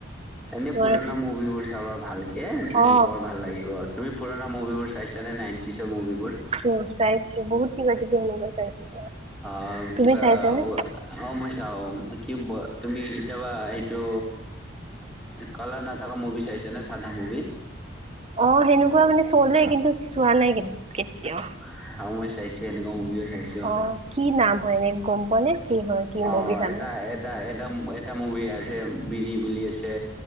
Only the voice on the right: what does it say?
তোমাৰ
অ
উম, চাইছো বহুত কিবা কিবি এনেকুৱা চাইছো তোমাৰ।
তুমি
চাইছানে?
অ', সেনেকুৱা মানে চলে কিন্তু চোৱা নাই কেতিয়াও।
অ', কি নাম হয় এনে গম পোৱা নে কি হয় কি
মুভি চানে?